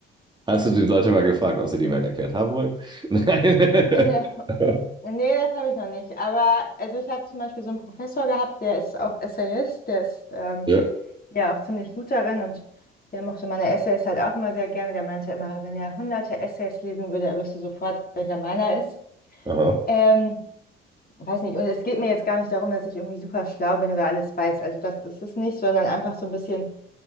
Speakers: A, on the right; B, on the left.
A: Hast du die Leute mal gefragt, ob sie die Welt erklärt haben wollen? <laughs> Nein.
B: Äh,
A: <laughs>
B: Nee, das habe ich noch nicht. Aber also ich habe zum Beispiel so einen Professor gehabt, der ist auch Essayist, der ist ähm,
A: Ja.
B: ja auch ziemlich gut darin und der mochte meine Essays halt auch immer sehr gerne. Der meinte immer, wenn er hunderte Essays lesen würde, er wüsste sofort, welcher meiner ist.
A: Aha.
B: Ähm, weiß nicht, und es geht mir jetzt gar nicht darum, dass ich irgendwie super schlau bin oder alles weiß. Also das ist es nicht, sondern einfach so ein bisschen,